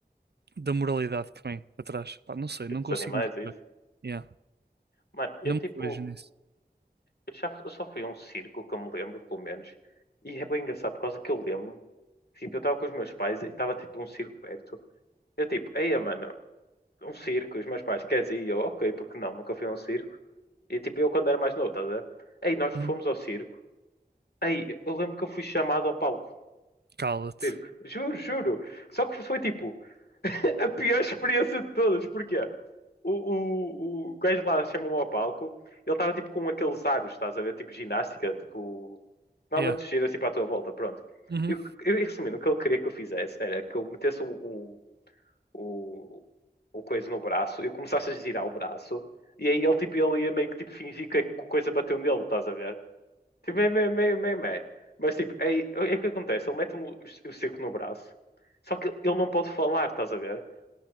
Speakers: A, on the right (about 75°); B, on the left (about 70°).
A: da moralidade que vem atrás. Pá, não sei,
B: Ver
A: não
B: Dos
A: consigo
B: animais,
A: me
B: é
A: rever.
B: isso?
A: Yeah.
B: Mano, eu
A: Não
B: tipo,
A: me vejo nisso.
B: eu já eu só fui a um circo que eu me lembro, pelo menos, e é bem engraçado por causa que eu lembro-me. Tipo, eu estava com os meus pais e estava tipo um circo perto. Eu tipo, eia, mano, um circo, e os meus pais, queres ir? E eu, ok, porque não, nunca fui a um circo. E tipo, eu quando era mais novo, estás a ver? Aí nós fomos
A: Hum,
B: ao circo. Aí eu lembro que eu fui chamado ao palco
A: Cala-te.
B: do circo. Juro, juro. Só que foi tipo <laughs> a pior experiência de todas. Porque o, o, o gajo lá chamou-me ao palco. Ele estava tipo com aqueles aros, estás a ver? Tipo ginástica, tipo. Normalmente
A: Yeah.
B: tu giras tipo à tua volta, pronto.
A: Uhum.
B: E o que- eu, resumindo, o que ele queria que eu fizesse era que eu metesse o, o, o coisa no braço, eu começasse a girar o braço, e aí ele, tipo, ele ia meio que tipo, fingir que a coisa bateu nele, estás a ver? Tipo, meio, meio, meio, meio, meio. Mas tipo, aí, é o que acontece, ele mete-me o, o circo no braço, só que ele não pode falar, estás a ver?